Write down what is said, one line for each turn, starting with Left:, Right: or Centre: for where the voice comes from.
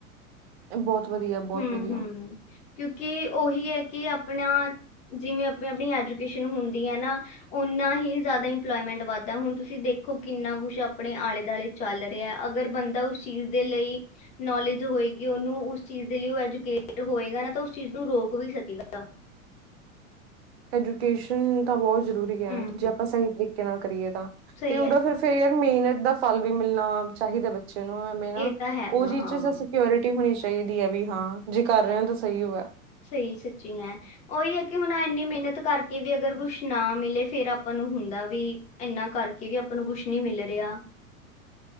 Right: ਬਹੁਤ ਵਧੀਆ ਬਹੁਤ
Left: ਹਮ
Right: ਵਧੀਆ
Left: ਹਮ ਕਿਉਂਕਿ ਉਹੀ ਹੈ ਕਿ ਆਪਣਾ ਜਿਵੇ ਆਪ ਆਪਣੀ ਐਜੂਕੇਸ਼ਨ ਹੁੰਦੀ ਆ ਨਾ ਓਨਾ ਹੀ ਜਿਆਦਾ ਇੰਪਲੋਮੈਂਟ ਵਧਦਾ ਹੁਣ ਤੁਸੀਂ ਦੇਖੋ ਕਿੰਨਾ ਕੁਛ ਆਪਣੇ ਆਲੇ ਦੁਆਲੇ ਚਲ ਰਿਹਾ ਅਗਰ ਬੰਦਾ ਉਸ ਚੀਜ਼ ਦੇ ਲਈ ਨੋਲੇਜ ਹੋਏਗੀ ਓਨੂੰ ਚੀਜ਼ ਦੇ ਲਈ ਉਹ ਐਜੂਕੇਟ ਹੋਏਗਾ ਨਾ ਤਾਂ ਉਸ ਚੀਜ਼ ਨੂੰ ਰੋਕ ਵੀ ਸਕੇਗਾ
Right: ਐਜੂਕੇਸ਼ਨ ਤਾਂ ਬਹੁਤ ਜ਼ਰੂਰੀ ਹੈ
Left: ਹੂੰ
Right: ਜੇ ਆਪਾਂ ਸਹੀ ਤਰੀਕੇ ਨਾਲ ਕਰੀਏ ਤਾਂ
Left: ਸਹੀ
Right: ਤੇ ਉਹਦਾ
Left: ਹੈ
Right: ਫਿਰ ਫੇਰ ਯਾਰ ਮਿਹਨਤ ਦਾ ਫਲ ਵੀ ਮਿਲਣਾ ਚਾਹੀਦਾ ਵੈ ਨੂੰ ਨਾ
Left: ਇਹ ਤਾਂ ਹੈਗਾ
Right: ਉਹ ਚੀਜ਼
Left: ਹਾਂ
Right: ਚ ਸਿਓਰਟੀ ਹੋਣੀ ਚਾਹੀਦੀ ਹੈ ਵੀ ਹਾਂ ਜੇ ਕਰ ਰਹੇ ਹੋ ਤਾਂ ਸਹੀ ਹੋ ਹੈ
Left: ਸਹੀ ਸੱਚੀ ਹੈ ਓਹੀ ਹੈ ਕਿ ਹੁਣ ਇਨੀ ਮਿਹਨਤ ਕਰਕੇ ਵੀ ਅਗਰ ਕੁਛ ਨਾ ਮਿਲੇ ਫੇਰ ਆਪਾਂ ਨੂੰ ਹੁੰਦਾ ਵੀ ਇਨਾ ਕਰਕੇ ਵੀ ਆਪਾਂ ਨੂੰ ਕੁਛ ਨੀ ਮਿਲ ਰਿਹਾ